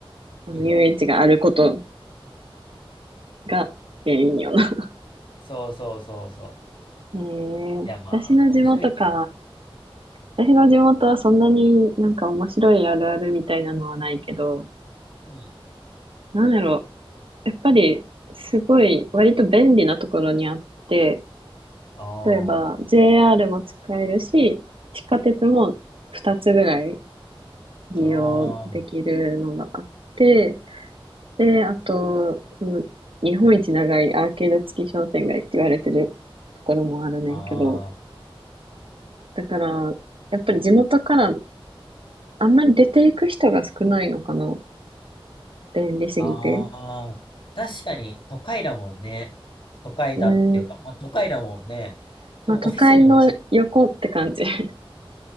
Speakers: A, on the right; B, on the left.
A: あの、
B: いるわ。
A: 遊園地があることが原因よな。
B: そうそうそうそう。
A: <laughs> へえ私の地元か。
B: いや、まあ、面白いけどね。
A: 私の地元はそんなになんか面白いあるあるみたいなのはないけど、
B: うん。
A: なんやろ、やっぱりすごい割と便利なところにあって、
B: あ
A: 例えば JR も使えるし、地下鉄も2つぐらい利用できるのがあって、
B: あ、あ
A: で、あと、その、日本一長いアーケード付き商店街って言われてるところもあるねんけど、
B: あ、あ
A: だから、やっぱり地元からあんまり出ていく人が少ないのかな。便利すぎて。
B: あ、確かに、都会だもんね。都会だっていうか、
A: うん。
B: まあ、都会だもんね。多分、
A: まあ、都会の横って感じ。
B: オフィスにもち、
A: <laughs>